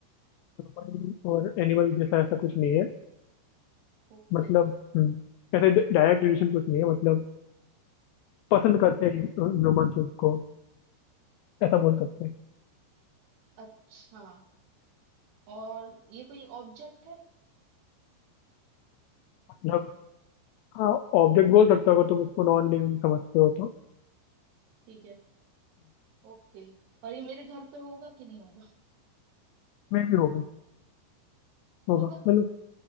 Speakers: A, on the left; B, on the right.
A: ह्यूमन और एनिमल जैसा ऐसा कुछ नहीं है
B: ओके
A: मतलब हम्म, ऐसे डायरेक्ट रिलेशन कुछ नहीं है मतलब पसंद करते हैं ह्यूमन उसको ऐसा बोल सकते हैं
B: अच्छा और ये कोई ऑब्जेक्ट है
A: मतलब हाँ ऑब्जेक्ट बोल सकते हो अगर तुम उसको नॉन लिविंग समझते हो तो
B: ठीक है ओके और ये मेरे घर पे होगा कि नहीं होगा
A: मे भी होगा होगा
B: होगा
A: मतलब